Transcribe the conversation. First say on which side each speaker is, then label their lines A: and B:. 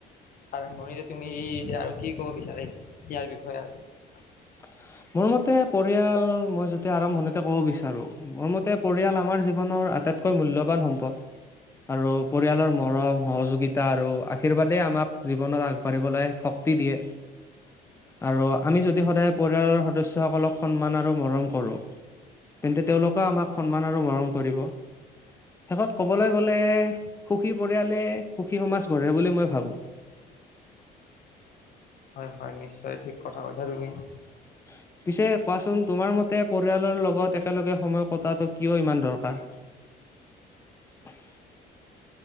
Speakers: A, on the left; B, on the left.
A: আৰম্ভণিতে তুমি এতিয়া আৰু কি ক'ব বিচাৰে ইয়াৰ বিষয়ে আৰু
B: <unintelligible> <inaudible> মোৰ মতে পৰিয়াল মই যদি আৰম্ভণিতে ক'ব, বিচাৰো মোৰ মতে পৰিয়াল আমাৰ জীৱনৰ। আটাইতকৈ মূল্যবান সম্পদ। আৰু পৰিয়ালৰ মৰম সহযোগিতা আৰু আশীৰ্বাদে আমাক জীৱনত আগবাঢ়িবলৈ হক। শক্তি দিয়ে আৰু আমি যদি সদায়। পৰিয়ালৰ সদস্যসকলক সন্মান আৰু মৰম কৰোঁ। তেন্তে তেওঁলোকে আমাক সন্মান আৰু মৰম কৰিব। শেষত কবলৈ গলে সুখী পৰিয়ালে সুখী সমাজ গঢ়ে বুলি মই ভাবো। <unintelligible> <inaudible>
A: হয়, হয় নিশ্চয় ঠিক কথা কৈছা তুমি।
B: উ পিছে কোৱাচোন তোমাৰ মতে পৰিয়ালৰ লগত একেলগে সময় কটাটো কিয় ইমান দৰকাৰ। <inaudible>